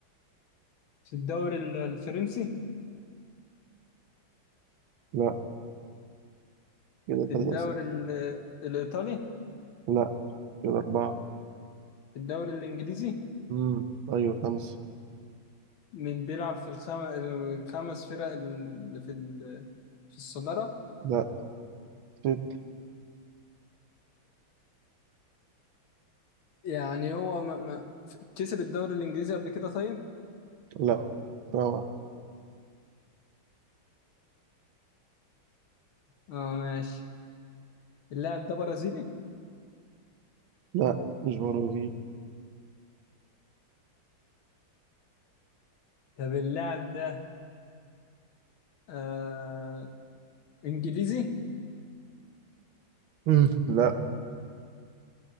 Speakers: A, on the left; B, on the right.
A: في الدوري ال- الفرنسي
B: لا كده
A: في
B: ثلاثة
A: الدوري ال- الإيطالي
B: لا كده أربعة
A: في الدوري الإنجليزي
B: مم. ايوه خمسة
A: من بيلعب في الخم... الخمس فرق اللي في ال... في الصدارة
B: لا ست
A: يعني هو ما... ما... كسب الدوري الإنجليزي قبل كده طيب
B: لا سبعة
A: اه ماشي اللاعب ده برازيلي
B: لا مش برازيل
A: طب اللاعب ده آه انجليزي
B: مم. لا